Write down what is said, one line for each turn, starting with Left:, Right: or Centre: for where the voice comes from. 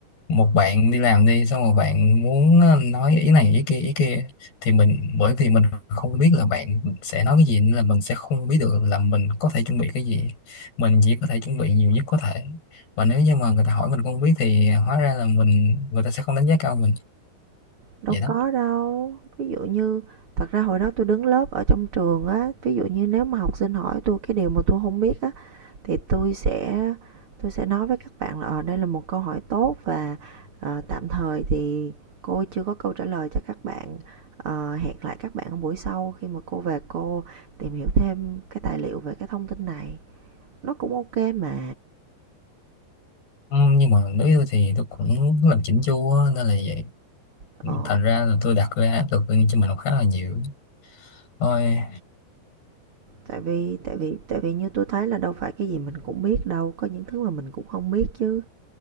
Left: một bạn đi làm đi xong rồi bạn muốn ờ, nói ý này ý kia ý kia thì mình bởi vì mình không biết là bạn sẽ nói cái gì nên là mình sẽ không biết được là mình có thể chuẩn bị cái gì mình chỉ có thể chuẩn bị nhiều nhất có thể và nếu như mà người ta hỏi mình không biết thì hóa ra là mình người ta sẽ không đánh giá cao mình
Right: Đâu
Left: vậy đó
Right: có đâu. Ví dụ như thật ra hồi đó tôi đứng lớp ở trong trường á, ví dụ như nếu mà học sinh hỏi tôi cái điều mà tôi không biết á thì tôi sẽ tôi sẽ nói với các bạn là ờ đây là một câu hỏi tốt và ờ, tạm thời thì cô chưa có câu trả lời cho các bạn. Ờ, hẹn lại các bạn ở buổi sau khi mà cô về cô tìm hiểu thêm cái tài liệu về cái thông tin này. Nó cũng ok mà.
Left: Ừ, nhưng mà đối với tôi thì tôi cũng làm chỉnh chu á, nên là vậy
Right: Ờ.
Left: thành ra là tôi đặt ra áp lực lên cho mình cũng khá là nhiều thôi
Right: Tại vì tại vì tại vì như tôi thấy là đâu phải cái gì mình cũng biết đâu, có những thứ mà mình cũng không biết chứ.